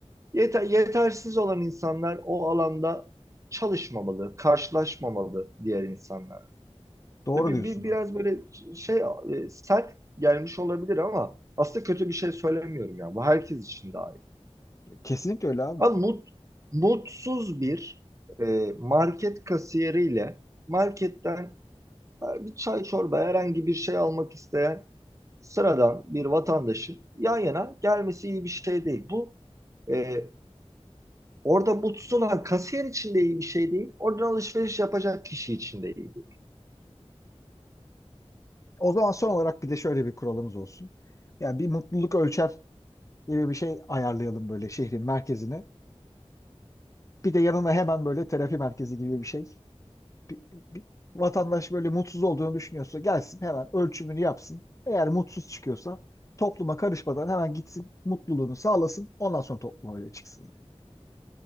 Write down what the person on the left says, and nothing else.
Doğru
diyorsun
abi.
Kesinlikle öyle abi.
O zaman son olarak bir de şöyle bir kuralımız olsun. Yani bir mutluluk ölçer gibi bir şey ayarlayalım böyle şehrin merkezine. Bir de yanına hemen böyle terapi merkezi gibi bir şey. Bir, bir vatandaş böyle mutsuz olduğunu düşünüyorsa gelsin hemen ölçümünü yapsın. Eğer mutsuz çıkıyorsa topluma karışmadan hemen gitsin mutluluğunu sağlasın. Ondan sonra topluma öyle çıksın. yani.